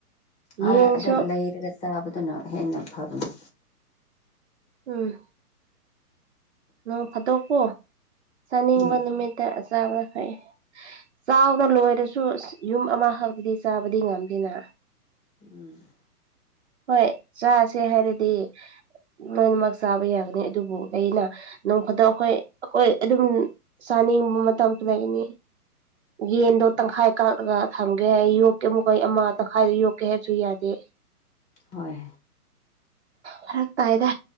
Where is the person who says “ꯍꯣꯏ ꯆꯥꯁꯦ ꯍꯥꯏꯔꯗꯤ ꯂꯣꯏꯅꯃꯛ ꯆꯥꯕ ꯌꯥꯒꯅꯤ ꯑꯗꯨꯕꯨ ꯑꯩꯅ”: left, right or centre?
Right